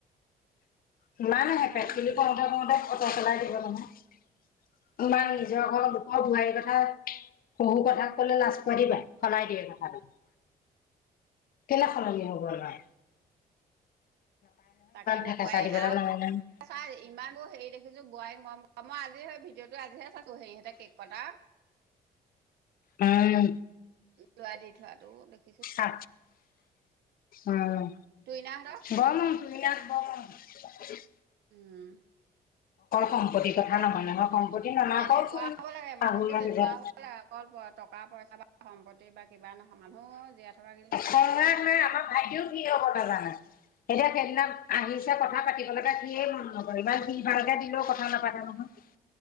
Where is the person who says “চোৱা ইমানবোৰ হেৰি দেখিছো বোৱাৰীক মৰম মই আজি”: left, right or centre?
Right